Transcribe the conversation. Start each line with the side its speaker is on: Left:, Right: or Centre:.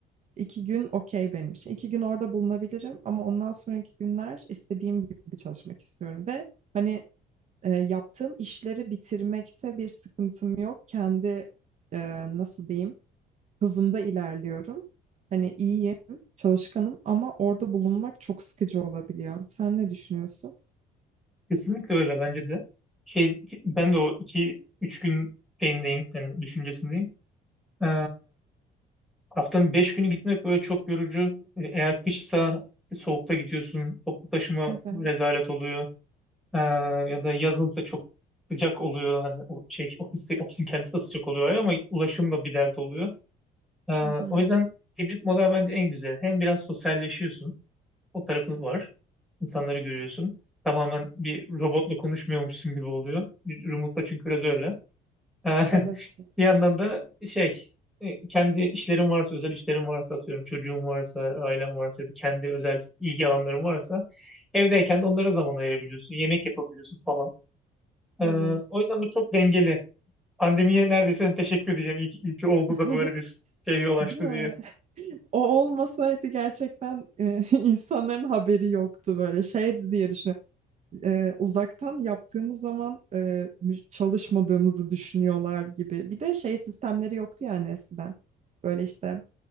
Right: 2 gün okey benim için. 2 gün orada bulunabilirim ama ondan sonraki günler istediğim gibi çalışmak istiyorum ve hani e, yaptığım işleri bitirmekte bir sıkıntım yok. Kendi e, nasıl diyeyim? hızımda ilerliyorum. Hani iyiyim, çalışkanım ama orada bulunmak çok sıkıcı olabiliyor. Sen ne düşünüyorsun?
Centre: Kesinlikle öyle bence de. Şey, ben de o iki üç gün şeyindeyim, yani düşüncesindeyim. Ee, Haftanın 5 günü gitmek böyle çok yorucu. E, Eğer kışsa soğukta gidiyorsun, toplu taşıma
Right: Evet.
Centre: rezalet oluyor. Ee, ya da yazınsa çok sıcak oluyor. Hani o şey ofiste, ofisin kendisi de sıcak oluyor ama ulaşım da bir dert oluyor. Ee,
Right: Hı hı.
Centre: o yüzden hibrit model bence en güzel. Hem biraz sosyalleşiyorsun, o tarafı var. İnsanları görüyorsun. Tamamen bir robotla konuşmuyormuşsun gibi oluyor. Bir Remote'da çünkü biraz öyle. Ee, <laughs>
Right: Evet.
Centre: Bir yandan
Right: ya,
Centre: da şey e, kendi işlerim varsa özel işlerim varsa atıyorum çocuğum varsa ailem varsa ya da kendi özel ilgi alanlarım varsa evdeyken de onlara zaman ayırabiliyorsun yemek yapabiliyorsun falan. Ee,
Right: Evet.
Centre: o yüzden bu çok dengeli. Pandemiye neredeyse teşekkür edeceğim iyi ki, iyi ki oldu
Right: <laughs>
Centre: da böyle bir şey yol açtı
Right: Değil mi?
Centre: diye.
Right: O olmasaydı gerçekten e, <laughs> insanların haberi yoktu böyle şey diye düşünüyorum. E, uzaktan yaptığımız zaman e, mü- çalışmadığımızı düşünüyorlar gibi. Bir de şey sistemleri yoktu yani eskiden. Böyle işte